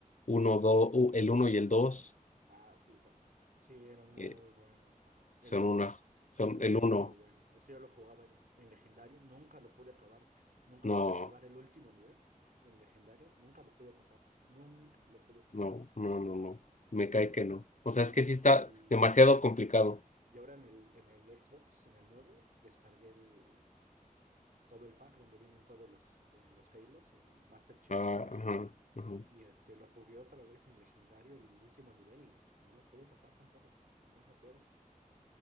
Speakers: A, on the left (about 60°); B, on the right (about 85°).
A: uno dos u- el uno y el dos
B: Ah, sí, también. Sí, eran muy
A: que
B: buenos también. El
A: son
B: uno.
A: una, son
B: El uno
A: el uno
B: estaba muy bueno. Eso yo lo jugaba en, en legendario y nunca lo pude acabar. Nunca
A: No,
B: pude acabar el último nivel en legendario. Nunca lo pude pasar. Nunca lo pude pasar.
A: no, no, no, no. Me
B: No.
A: cae que no. O
B: No,
A: sea, es que
B: y,
A: sí está
B: y,
A: demasiado complicado.
B: y ahora en el, en el Xbox, en el nuevo, descargué el, todo el pack donde vienen todos los, eh, los Halos, el Master Chief
A: Ah,
B: Collection.
A: ajá, ajá.
B: Y este, lo jugué otra vez en legendario el último nivel y no lo pude pasar tampoco. Nada más no puedo.